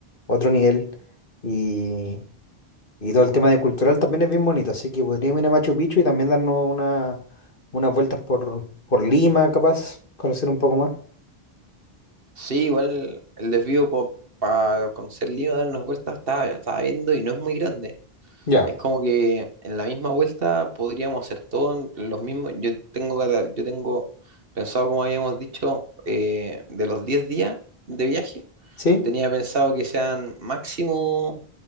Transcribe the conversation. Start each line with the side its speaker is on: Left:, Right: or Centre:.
Left: otro nivel. Y, Y todo el tema de cultural también es bien bonito, así que podríamos ir a Machu Picchu y también darnos una, unas vueltas por, por Lima, capaz, conocer un poco más.
Right: Sí, igual el desvío para conocer Lima, dar unas vueltas, estaba, estaba viendo y no es muy grande.
Left: Ya,
Right: Es como que en la misma vuelta podríamos hacer todo en los mismos. Yo tengo, cata- yo tengo pensado, como habíamos dicho, eh, de los 10 días de viaje,
Left: ¿sí?
Right: tenía pensado que sean máximo